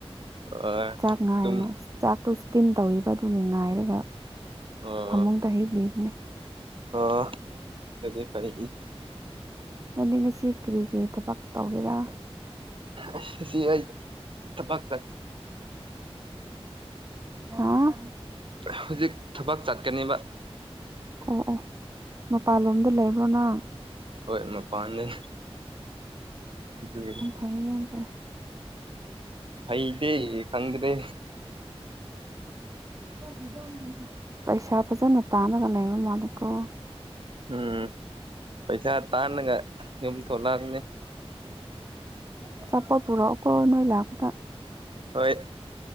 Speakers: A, on the right; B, on the right.
A: ꯑꯣ
B: ꯆꯥꯛ ꯉꯥꯏꯅ
A: ꯇꯨꯝ
B: ꯑꯁ ꯆꯥꯛꯇꯣ ꯏꯁꯇꯤꯝ ꯇꯧꯔꯤꯕ ꯑꯗꯨꯒꯤ ꯉꯥꯏꯔꯒ
A: ꯑꯣ
B: ꯃꯨꯡꯗ ꯍꯤꯞꯂꯤꯕꯅꯦ
A: ꯑ ꯑꯗꯨꯗꯤ ꯐꯥꯏ
B: ꯅꯪꯗꯤ ꯉꯁꯤ ꯀꯔꯤ ꯀꯔꯤ ꯊꯕꯛ ꯇꯧꯒꯦꯔꯥ
A: ꯑꯁ ꯉꯁꯤ ꯑꯩ ꯊꯕꯛ ꯇ
B: ꯍꯥꯥ
A: ꯍꯧꯖꯤꯛ ꯊꯕꯛ ꯆꯠꯀꯅꯤꯕ
B: ꯑꯣ ꯑꯣ ꯃꯄꯥꯟꯂꯣꯝꯗ ꯂꯩꯕ꯭ꯔꯣ ꯅꯪ
A: ꯍꯣꯏ ꯃꯄꯥꯟꯗꯅꯤ ꯑꯗꯨꯏꯅꯤ
B: ꯐꯩ ꯌꯥꯝ ꯐꯩ
A: ꯐꯩꯗꯦ ꯈꯪꯗꯔꯦ
B: ꯎꯝ ꯄꯩꯁꯥ ꯐꯖꯅ ꯇꯥꯟꯔꯒ ꯂꯩꯕ ꯃꯥꯜꯂꯦꯀꯣ
A: ꯎꯝ ꯄꯩꯁꯥ ꯇꯥꯟꯅꯒ ꯌꯨꯝ ꯊꯣꯛꯂꯑꯃꯅꯤ
B: ꯑꯆꯥꯄꯣꯠ ꯄꯨꯔꯛꯑꯣ ꯀꯣ ꯅꯣꯏ ꯂꯥꯛꯄ ꯗ
A: ꯍꯣꯏ